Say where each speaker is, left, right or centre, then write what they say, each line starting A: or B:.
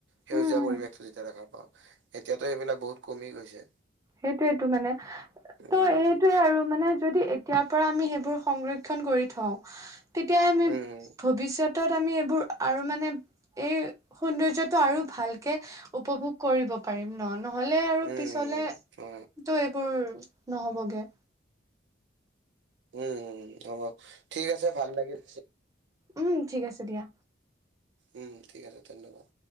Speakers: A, on the right; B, on the right.
A: সেউজীয়া
B: উম উম
A: পৰিৱেশতো যেতিয়া দেখা পাও এতিয়াতো সেইবিলাক বহুত কমি গৈছে
B: সেইটোয়েতটো মানে
A: উম
B: ত' এইটোয়ে আৰু মানে। যদি এতিয়াৰ পৰা আমি সেইবোৰ সংৰক্ষণ কৰি থওঁ তেতিয়া আমি
A: উম
B: ভৱিষ্যত ত আমি এইবোৰ আৰু মানে এই সৌন্দৰ্যটো আৰু ভালকে উপভোগ কৰিব পাৰিম ন নহলে আৰু
A: উম
B: পিছলে তটো
A: উম অ
B: এইবোৰ নহবগে।
A: উম হ'ব ঠিক আছে ভাল লাগিল
B: উম ঠিক আছে দিয়া।
A: উম ঠিক আছে ধন্যবাদ।